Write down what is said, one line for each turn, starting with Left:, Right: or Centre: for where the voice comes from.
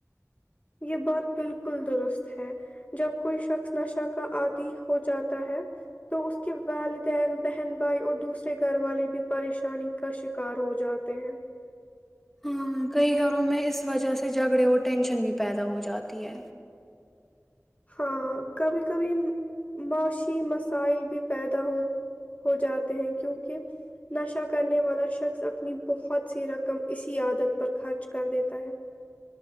Left: <inaudible>
Centre: ہاں کئی گھروں میں اس وجہ سے جھگڑے اور ٹینشن بھی پیدا ہو جاتی ہے
Left: ہاں کبھی کبھی معاشی مسائل بھی پیدا ہو ہو جاتے ہیں کیونکہ نشہ کرنے والا شخص اپنی بہت سی رقم اسی عادت پر خرچ کر دیتا ہے